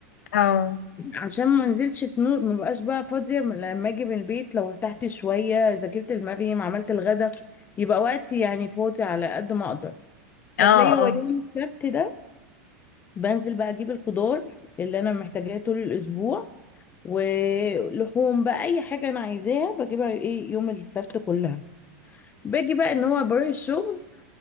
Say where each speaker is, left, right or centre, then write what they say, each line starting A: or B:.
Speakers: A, on the left; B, on the left.
A: اه
B: عشان ما نزلتش في نور ما بقاش بقى فاضية من- لما اجي من البيت لو ارتحت شوية ذاكرت المريم عملت الغدا يبقى وقتي يعني فاضي على قد ما اقدر فتلاقي
A: اه اه
B: هو يوم السبت ده بنزل بقى اجيب الخضار اللي انا محتاجاه طول الاسبوع ولحوم بقى اي حاجة انا عايزاها بجيبها ايه يوم السبت كلها باجي بقى ان هو بروح الشغل